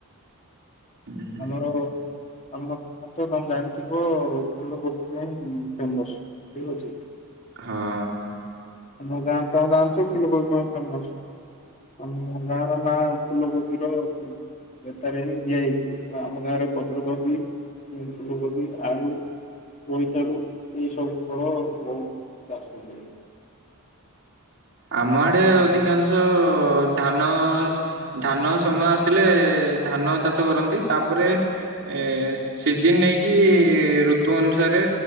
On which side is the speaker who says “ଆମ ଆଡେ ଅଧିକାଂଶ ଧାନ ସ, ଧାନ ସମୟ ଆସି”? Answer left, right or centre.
Right